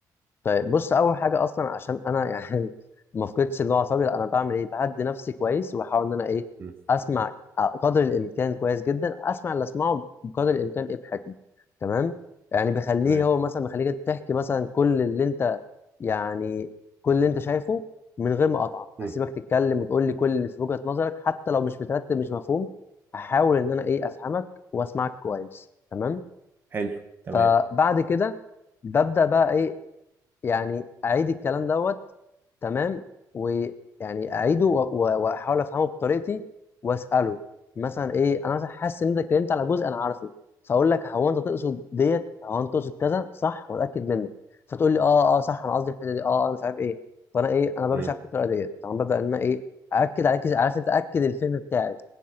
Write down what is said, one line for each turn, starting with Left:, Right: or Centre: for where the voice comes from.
Left: طيب بص اول حاجه اصلا عشان انا <laughs> يعني ما افقدش اللي هو اعصابي لا انا بعمل ايه بهدي نفسي كويس واحاول ان انا ايه
Right: مم.
Left: اسمع آه، قدر الامكان كويس جدا اسمع اللي اسمعه بقدر الامكان ايه بحكمه تمام يعني بخليه
Right: تمام
Left: هو مثلا بخليك تحكي مثلا كل اللي انت يعني كل اللي انت شايفه من غير ما اقطعك
Right: مم.
Left: هسيبك تتكلم وتقول لي كل اللي في وجهه نظرك حتى لو مش مترتب مش مفهوم هحاول ان انا ايه افهمك واسمعك كويس تمام
Right: حلو تمام
Left: فبعد كده ببدا بقى ايه يعني اعيد الكلام دوت تمام ويعني اعيده و- و- واحاول افهمه بطريقتي واساله مثلا ايه انا مثلا حاسس ان انت اتكلمت على جزء انا عارفه فاقول لك هو انت تقصد ديت هو انت تقصد كذا صح واتاكد منك فتقول لي اه اه صح انا قصدي الحته دي اه انا مش عارف ايه فانا ايه انا بمشي
Right: مم.
Left: على الطريقه ديت طبعا ببدا ان انا ايه اكد عليك عارف انت اكد الفهم بتاعي